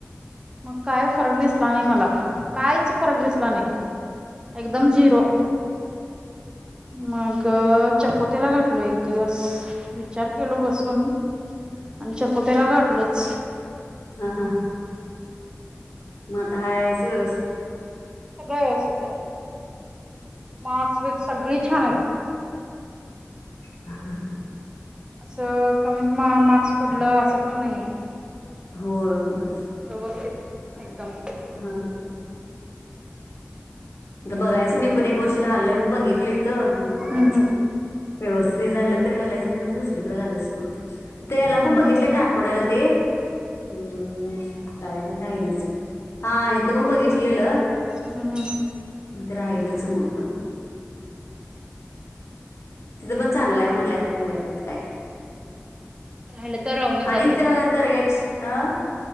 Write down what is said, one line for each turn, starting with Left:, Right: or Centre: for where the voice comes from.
Right: मग काय फरक दिसला नाही मला. काहीच फरक दिसला नाही एकदम झिरो. मग चकोतेला घाटलो एक दिवस विचार केल बसून आणि चकोतेला घाठलच.
Left: हा हा हा. मग आता हा याच व्यवस्थ.
Right: सगळं व्यवस्थित आहे. मार्क्स विर्क्स सगळी छान आहेत.
Left: हम ह ह.
Right: असं कमी मार्क्स पडलं असं पण नाहीे.
Left: हो होय.
Right: व्यवस्थित एकदम.
Left: हा बघायचं मी पण एक वर्ष घालून बघित. ली तर बघायचं
Right: हम्म
Left: व्यवस्थित. तरी झालं तर घालायचं तर मग दुसरीकडे घालायचं करतो त्याला
Right: हम्म
Left: पण बघितलं टाकोडाला ते. हम्म काय राहीलच हा इथं पण बघितलेलं.
Right: हम्.
Left: ते राहिलच मग. तिच पण चांगलं आहे म्हणाल्यात. बघत काय ग
Right: राहिलं तर राहूनच जाते
Left: आणि तर दरग्याच आं.